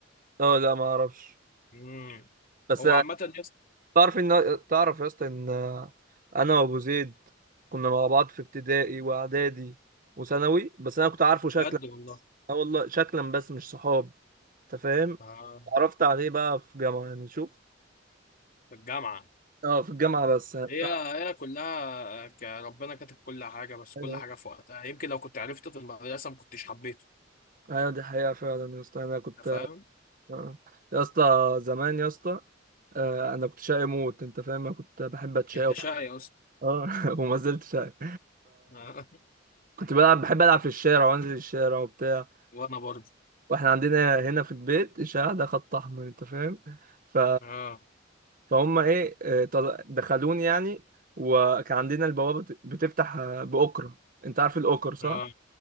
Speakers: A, on the right; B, on the left.
A: اه لا ما اعرفش
B: امم
A: بس
B: هو عامة يس
A: تعرف ان تعرف يا اسطى ان انا وابو زيد كنا مع بعض في ابتدائي واعدادي وثانوي بس انا كنت عارفه شكلا
B: بجد والله
A: اه والله شكلا بس مش صحاب انت فاهم
B: آه
A: عرفت عليه بقى في جامعة يعني شوف
B: في الجامعة
A: اه في الجامعة بس يعني بتاع
B: هي هي كلها ك- ربنا كاتب كل حاجة بس كل
A: ايوه
B: حاجة في وقتها يمكن لو كنت عرفته في المدرسة ما كنتش حبيته
A: أيوة، دي حقيقة فعلا يا اسطى انا كنت
B: انت فاهم؟
A: آه. يا اسطى زمان يا اسطى آه، انا كنت شقي موت انت فاهم انا كنت بحب اتشقى
B: انت
A: وبحب-
B: شقي اصلا
A: اه <laughs> وما زلت شقي
B: آه. <laughs>
A: فكنت بلعب بحب العب في الشارع وانزل الشارع وبتاع
B: وانا برضه
A: واحنا عندنا هنا في البيت الشارع ده خط احمر انت فاهم ف...
B: اه
A: فهم ايه آه، طل- دخلوني يعني وكان عندنا البوابه بت- بتفتح آه، باكره انت عارف الاكر صح
B: اه